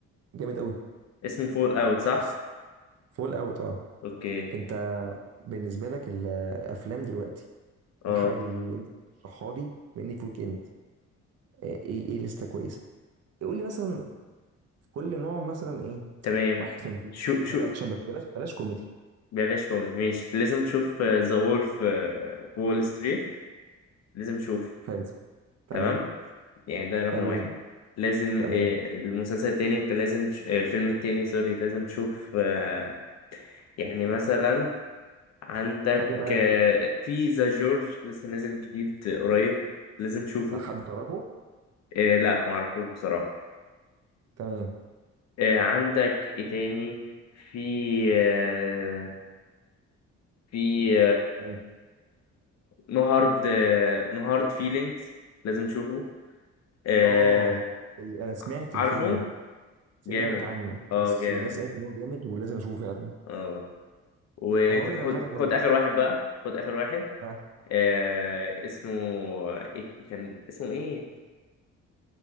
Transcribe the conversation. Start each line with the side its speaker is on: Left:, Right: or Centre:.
Right: جامد قوي
Left: اسمه فول اوت صح
Right: بس فول اوت اه
Left: اوكي
Right: انت بالنسبه لك الافلام دلوقتي
Left: اه
Right: الحالي اللي انت بتشرحها لي بما انك ويك اند آه، ايه ايه لسته كويسه قول لي مثلا في كل نوع مثلا ايه
Left: تمام
Right: واحد فانتازي
Left: شو
Right: واحد
Left: شو
Right: اكشن بس بلاش بلاش كوميدي
Left: بلاش كوميدي ماشي لازم تشوف ذا وولف وول ستريت لازم تشوفه
Right: حلو تمام
Left: تمام يعني ده رقم
Right: حلو
Left: واحد
Right: جدا
Left: لازم آه،
Right: تمام
Left: المسلسل التاني انت لازم تش... آه، الفيلم التاني سوري لازم تشوف آه، يعني مثلا عندك
Right: حاجه بقى
Left: آه، في ذا جورج لسه نازل جديد آه، قريب لازم تشوفه
Right: بتاع حد تعرفه
Left: آه، لا معرفوش بصراحة
Right: تمام
Left: آه، عندك ايه تاني في آه، في
Right: تمام.
Left: نو هارد نو هارد فيلينجز لازم تشوفه آه،
Right: اه انا سمعت
Left: عارفه
Right: الفيلم ده سمعت
Left: جامد
Right: عنه بس
Left: اه جامد
Right: الناس قالت ان هو جامد ولازم اشوفه فعلا
Left: اه وخد
Right: انا هقول لك على حاجه حلوه
Left: خد اخر واحد بقى خد اخر واحد
Right: انا
Left: آه، اسمه ايه كان اسمه ايه